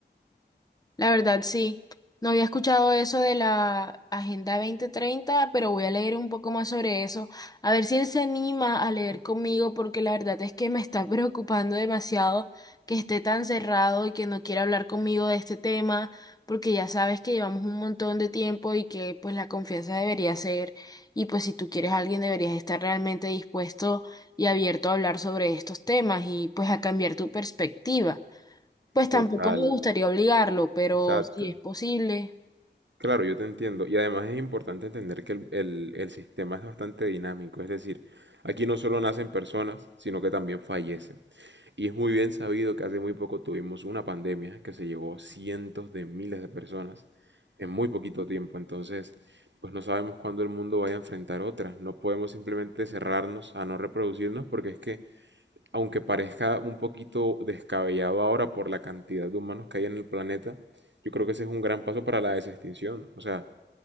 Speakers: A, on the left; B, on the right.
A: La verdad, sí. No había escuchado eso de la Agenda 2030, pero voy a leer un poco más sobre eso. A ver si él se anima a leer conmigo, porque la verdad es que me está <laughs> preocupando demasiado que esté tan cerrado y que no quiera hablar conmigo de este tema, porque ya sabes que llevamos un montón de tiempo y que pues la confianza debería ser, y pues si tú quieres a alguien deberías estar realmente dispuesto y abierto a hablar sobre estos temas y pues a cambiar tu perspectiva. Pues tampoco
B: Total,
A: me gustaría obligarlo, pero
B: exacto.
A: si es posible.
B: Claro, yo te entiendo. Y además es importante entender que el, el- el sistema es bastante dinámico. Es decir, aquí no solo nacen personas, sino que también fallecen. Y es muy bien sabido que hace muy poco tuvimos una pandemia que se llevó a cientos de miles de personas en muy poquito tiempo. Entonces, pues no sabemos cuándo el mundo vaya a enfrentar otra. No podemos simplemente cerrarnos a no reproducirnos porque es que, aunque parezca un poquito descabellado ahora por la cantidad de humanos que hay en el planeta, yo creo que ese es un gran paso para la desextinción. O sea,